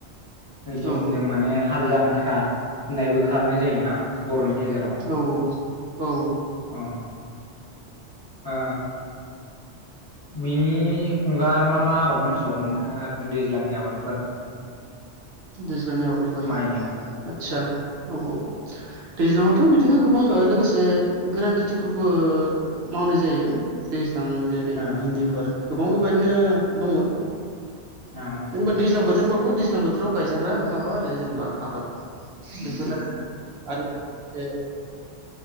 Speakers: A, on the left (about 35°); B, on the right (about 65°).
A: ओइदिन
B: औ
A: जों माने हाल जांख्रा होननायबो खालामनाय जायोना बर'नि। गेजेराव।
B: औ औ
A: ओ बिनि हुगार मा मा आबाद मोनथिबावो नोंथाङा आरो दैज्लांनि आबादफोर। <inaudible>
B: दैज्लांनि आबादफोर
A: माइनि अनगा
B: आतसा औ औ दैज्लांआवथ' बि। बिदिनो गोबां लोगोसे गोरान खेथिफोरबो मावनाय जायो दै। लां जेरै
A: औ
B: भिन्दिफोर गोबां बेबायदिनो दङ।
A: औ
B: जेनेबा दैज्लां बोथोरबाबो दैज्लां बोथोराव गायजाग्रा माबा आरो जेनेबा आबाद। बेखौनो आरो जे।